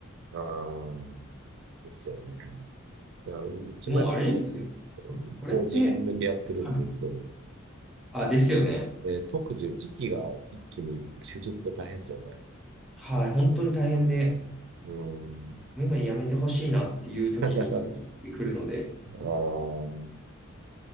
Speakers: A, on the right; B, in the centre.
A: あーですよね。いや、うちもやっぱそう、
B: もうあれですよね。これって、
A: 法人向けやってるんで、
B: はい。
A: そう。
B: あ、ですよね。
A: で、特需、時期が一気に集中すると大変ですよね。
B: はい。本当に大変で、
A: うん。うん。
B: もう今やめてほしいなっていう時に限ってくるので、
A: <laughs> ああ、